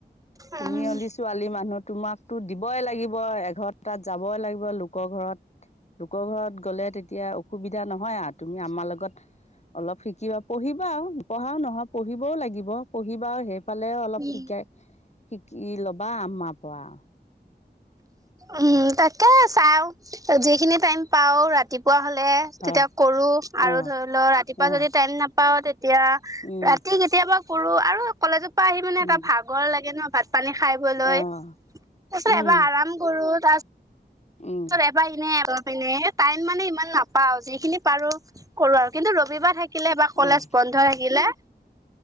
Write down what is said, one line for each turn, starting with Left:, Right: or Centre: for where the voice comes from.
Right: উম,
Left: তুমি হলি ছোৱালী মানুহ, তোমাকতো দিবই লাগিব, এঘৰতাত যাবই লাগিব লোকৰ ঘৰত। লোকৰ ঘৰত গ'লে তেতিয়া অসুবিধা নহয় আ, তুমি আম্মা লগত অলপ শিকিবা। পঢ়িবাও, পঢ়াও নহয় পঢ়িবও লাগিব, পঢ়িবা আৰু সেই ফালেও অলপ
Right: উম।
Left: শিকাই- শিকি ল'বা আম্মাৰ পৰাওঁ।
Right: উম, তাকে চাও। যিখিনি টাইম পাওঁ ৰাতিপুৱা হ'লে
Left: হয়
Right: তেতিয়া কৰোঁ
Left: অ',
Right: আৰু ধৰি ল, ৰাতিপুৱা
Left: অ',
Right: যদি টাইম নাপাওঁ তেতিয়া
Left: উম,
Right: ৰাতি কেতিয়াবা কৰোঁ আৰু কলেজৰ পৰা আহি মানে
Left: উম,
Right: এটা ভাগৰ লাগে ন', ভাত-পানী খাই লৈ
Left: অ',
Right: তাৰপিছত
Left: উম,
Right: এবাৰ আৰাম কৰোঁ, তাৰ- পিছত
Left: উম,
Right: এনে অলপ <inaudible> পিনে টাইম মানে ইমান নাপাওঁ। যিখিনি পাৰোঁ কৰোঁ আৰু। কিন্তু ৰবিবাৰ থা কিলে বা কলেজ
Left: অ',
Right: বন্ধ থাকিলে,